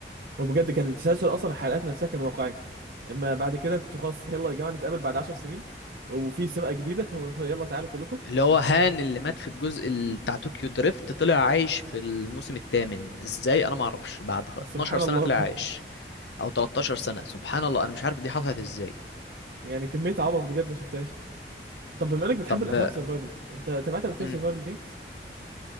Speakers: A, on the right; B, on the left.
A: وبجد كان التسلسل اصلا الحلقات نفسها كان واقعي اما بعد كده <laughs> انتوا خلاص يلا يا جماعه نتقابل بعد 10 سنين وفي سباق جديده <laughs> ويلا تعالوا كلكم
B: اللي هو هان اللي مات في الجزء ال- بتاع طوكيو دريفت طلع عايش في الموسم الثامن ازاي انا ما اعرفش بعد خ- 12
A: سبحان
B: سنه
A: الله
B: طلع
A: بجد
B: عايش او 13 سنه سبحان الله انا مش عارف دي حصلت ازاي
A: يعني كميه عبط بجد ما شفتهاش طب بما انك بتحب
B: طب
A: الافلام سرفايفل انت تابعت قبل كده
B: امم
A: سرفايفل جيمز